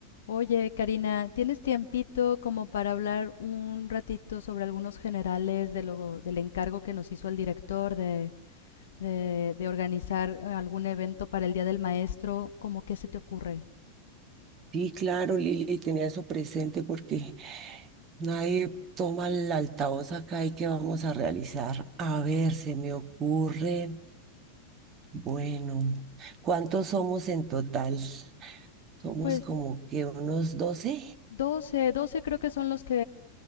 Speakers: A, on the left; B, on the right.
A: Oye, Karina, ¿tienes tiempito como para hablar un ratito sobre algunos generales de lo- del encargo que nos hizo el director de, de, de organizar eh, algún evento para el Día del Maestro? ¿Cómo qué se te ocurre?
B: Sí, claro, Lili, tenía eso presente porque nadie toma el altavoz acá y qué vamos a realizar. A ver, se me ocurre, bueno, ¿cuántos somos en total? Somos
A: Pues
B: como que unos 12.
A: doce doce creo que son los que